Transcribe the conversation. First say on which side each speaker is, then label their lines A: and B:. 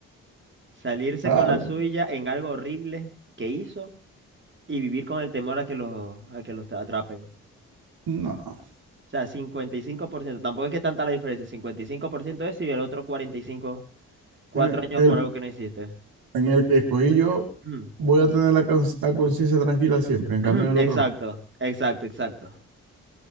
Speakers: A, on the right; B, on the right.
A: Salirse
B: Claro,
A: con la suya en algo horrible que hizo y vivir con el temor a que los, a que los tra- atrapen. O
B: no.
A: sea, cincuenta y cinco por ciento Tampoco es que tanta la diferencia. cincuenta y cinco por ciento eso y el otro 45, cuatro
B: Eh,
A: años
B: el,
A: por algo que no hiciste.
B: en el que escogí yo,
A: <clears throat>
B: voy a tener la, cons- la conciencia tranquila siempre. En
A: <clears throat>
B: cambio, en el
A: Exacto,
B: otro no.
A: exacto, exacto.